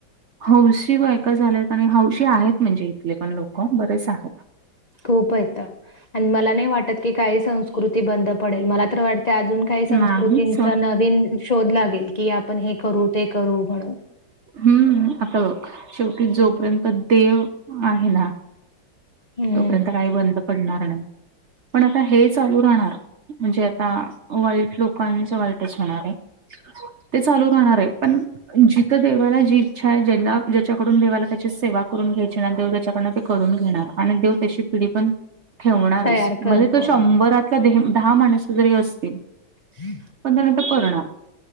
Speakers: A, on the right; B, on the left.
A: हौसी बायका झाल्यात. आणि हौशी आहेत म्हणजे इथले पण लोकं, बरेच आहेत.
B: खूप हायत आणि मला नाही वाटत की काही संस्कृती बंद पडेल, मला तर वाट तय अजून काही
A: नाहीच
B: संस्कृतींचा नवीन शोध लागेल, की आपण हे करू ते करू म्हणून.
A: हम्म, आता बघ शेवटी जोपर्यंत देव आहे ना
B: हं.
A: तोपर्यंत काही बंद पडणार नाही, पण आता हे चालू राहणार. म्हणजे आता वाईट लोकांचं वाईटच होणार आहे. ते चालू राहणार आहे पण जिथं देवाला जी इच्छा आहे ज्याला ज्याच्याकडून देवाला त्याची सेवा करून घ्यायची ना देव त्याच्याकडनं ते करून घेणार आणि देव त्याची पिढी पण ठेवणारच,
B: तयार
A: म्हणुन
B: करतो
A: तर शंभरा <unintelligible> दहा माणसं जरी असतील
B: <unintelligible>
A: पण त्या <unintelligible> करणार.